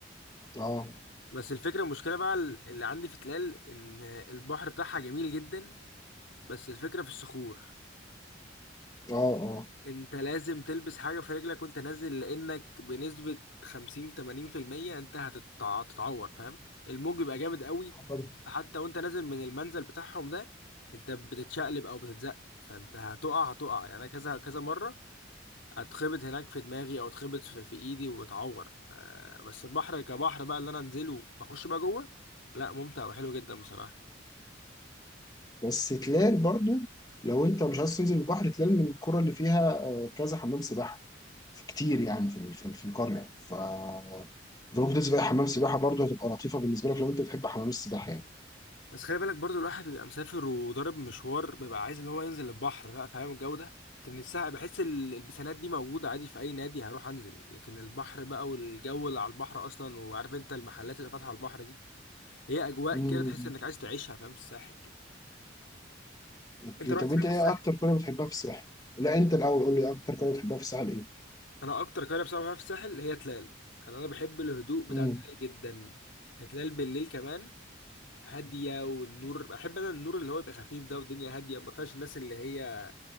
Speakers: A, on the left; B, on the left.
A: اه
B: بس الفكره المشكله بقى اللي عندي في تلال ان البحر بتاعها جميل جدا بس الفكره في الصخور
A: اه اه
B: انت لازم تلبس حاجة في رجلك وانت نازل لانك بنسبة 50 80% انت هتتع- هتتعور فاهم الموج بيبقى جامد قوي
A: آه طبعا
B: حتى وانت نازل من المنزل بتاعهم ده انت بتتشقلب او بتتزق فانت هتقع هتقع يعني انا كذا كذا مرة اتخبط هناك في دماغي او اتخبط في, في ايدي واتعور ف- بس البحر كبحر بقى اللي انا انزله واخش بقى جوه لا ممتع وحلو جدا بصراحة
A: بس تلال برضو لو انت مش عايز تنزل البحر تلال من القرى اللي فيها آه، كذا حمام سباحة كتير يعني في ال- في, ال- في القرية ف انت ممكن تنزل بقى حمام سباحة برضو هتبقى لطيفة بالنسبة لك لو انت بتحب حمام السباحة يعني
B: بس خلي بالك برضو الواحد بيبقى مسافر وضارب مشوار بيبقى عايز اللي هو ينزل البحر بقى فاهم الجو ده لكن الساعة بحس ال- البسانات دي موجودة عادي في أي نادي هروح أنزل لكن البحر بقى والجو اللي على البحر أصلا وعارف أنت المحلات اللي فاتحة على البحر دي هي أجواء
A: امم
B: كده تحس إنك عايز تعيشها فاهم في الساحل كده
A: اوكي
B: أنت رحت
A: طب
B: فين
A: انت
B: في
A: ايه
B: الساحل؟
A: اكتر قرية بتحبها في الساحل؟ لا انت الاول قول لي اكتر قرية بتحبها في الساحل
B: أنا أكتر قرية بصراحة بحبها في الساحل هي تلال أنا أنا بحب الهدوء بتاع
A: ايه؟
B: تلال جدا تلال بالليل كمان هادية والنور بحب أنا النور اللي هو يبقى خفيف ده والدنيا هادية ما فيهاش الناس اللي هي